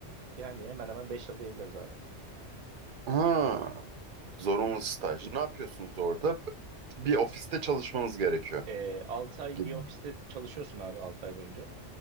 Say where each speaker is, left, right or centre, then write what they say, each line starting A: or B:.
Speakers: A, on the right; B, on the right.
A: Yani hemen hemen 5 yıl diyebiliriz abi.
B: Ha, Zorunlu staj. Ne yapıyorsunuz orada? Bir ofiste çalışmanız gerekiyor.
A: E, 6 ay
B: gibi.
A: bir ofiste çalışıyorsun abi 6 ay boyunca.